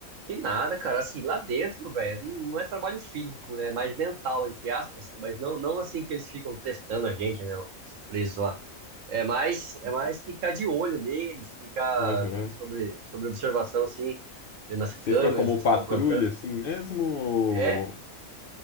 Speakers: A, on the right; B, on the left.
A: Que nada, cara. Assim, lá dentro, velho, não não é trabalho físico, né? É mais mental, entre aspas. Mas não, não assim que eles ficam testando a gente, né? Os presos lá. É mais, é mais ficar de olho neles, ficar
B: Aham.
A: sobre, sobre observação, assim, vendo as
B: Você
A: câmeras,
B: fica como
A: vocês
B: patrulha
A: estão aprontando.
B: assim mesmo? ou-
A: É,